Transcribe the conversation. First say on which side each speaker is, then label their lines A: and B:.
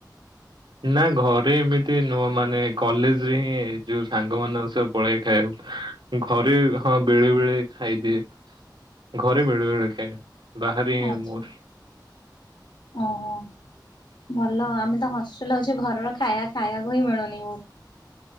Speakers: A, on the right; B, on the left.
A: ନା ଘରେ ଏମିତି ନୁହଁ ମାନେ କଲେଜରେ ହିଁ ଯୋଉ ସାଙ୍ଗମାନଙ୍କ ସହ ପଳାଏ ଖାଇଆକୁ। ଘରେ ହଁ ବେଳେ ବେଳେ ଖାଇ ଦିଏ ଘରେ ବେଳେ ବେଳେ ଖାଏ। ବାହାରେ
B: ଆଚ୍ଛା।
A: ମୋର।
B: ଓହୋ। ଭଲ ଆମେ ତ ହଷ୍ଟେଲ ଅଛେ ଘରର ଖାୟା ଖାୟାକୁ ହିଁ ମିଳୁନି ବହୁତ।